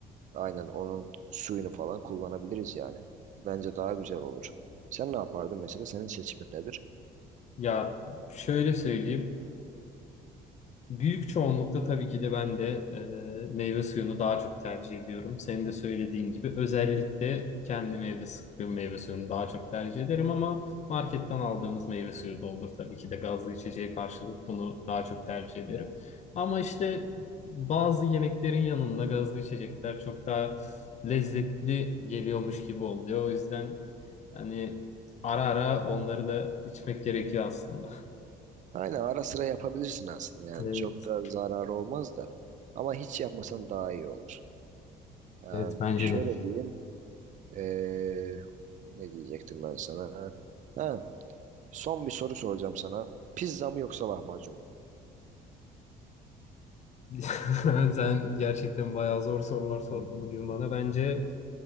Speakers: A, on the right; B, on the left.
A: Aynen onun suyunu falan kullanabiliriz yani. Bence daha güzel olur. Sen ne yapardın mesela? Senin seçimin nedir?
B: Ya şöyle söyleyeyim. Büyük çoğunlukta tabii ki de ben de e, meyve suyunu daha çok tercih ediyorum. Senin de söylediğin gibi özellikle kendim evde sıktığım meyve suyunu daha çok tercih ederim ama marketten aldığımız meyve suyu da olur. Tabii ki de gazlı içeceğe karşılık bunu daha çok tercih ederim. Ama işte bazı yemeklerin yanında gazlı içecekler çok daha lezzetli geliyormuş gibi oluyor. O yüzden hani ara ara onları da içmek gerekiyor aslında.
A: Aynen ara sıra yapabilirsin aslında yani.
B: Evet,
A: Çok da zararı olmaz da. Ama hiç yapmasan daha iyi olur. Yani
B: evet bence
A: şöyle
B: de.
A: diyeyim. eee, ne diyecektim ben sana? Ha, son bir soru soracağım sana. Pizza mı yoksa lahmacun mu?
B: <laughs> Sen gerçekten bayağı zor sorular sordun
A: Hı,
B: bugün bana. Bence